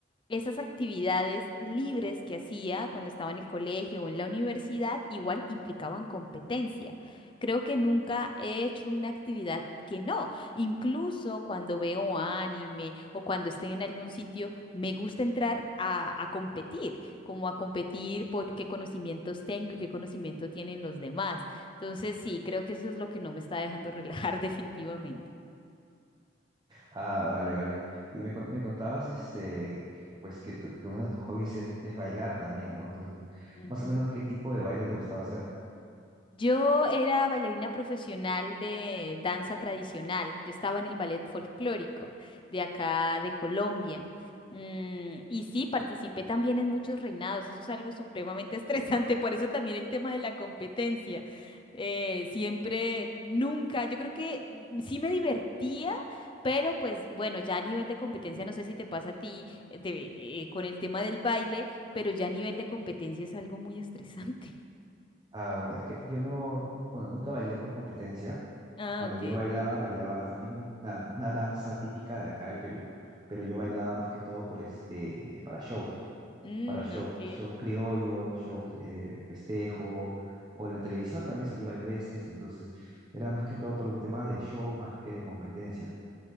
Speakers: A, on the left; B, on the right.
A: esas actividades libres que hacía cuando estaba en el colegio o en la universidad igual implicaban competencia. Creo que nunca he hecho una actividad que no. Incluso cuando veo anime o cuando estoy en algún sitio, me gusta entrar a, a competir como a competir por qué conocimientos tengo y qué conocimiento tienen los demás. Entonces, sí, creo que eso es lo que no me está dejando relajar <laughs> definitivamente.
B: Ah, vale, vale. Y me, con- me contabas, este, pues que, tu- que uno de tus hobbies es, es bailar también, ¿no? Entonces,
A: Ujú.
B: más o menos, ¿qué tipo de baile te gustaba hacer?
A: Yo era bailarina profesional de danza tradicional. Yo estaba en el ballet folclórico de acá de Colombia. Mm, y sí, participé también en muchos reinados. Eso es algo supremamente <laughs> estresante. Por eso también el tema de la competencia. Eh, siempre, nunca. Yo creo que sí me divertía. Pero pues bueno, ya a nivel de competencia, no sé si te pasa a ti eh, de- eh, con el tema del baile, pero ya a nivel de competencia es algo muy estresante. <laughs>
B: Ah, bueno, es que yo no, bueno, nunca bailé por competencia.
A: Ah,
B: Cuando
A: ok.
B: yo bailaba, bailaba también una, una danza típica de acá del Perú, pero
A: Ujú.
B: yo bailaba más que todo por este, para shows,
A: Mm,
B: para shows,
A: ok.
B: shows criollos, shows eh, festejo, o en la televisión también salí varias veces, entonces era más que todo por un tema de show más que de competencia.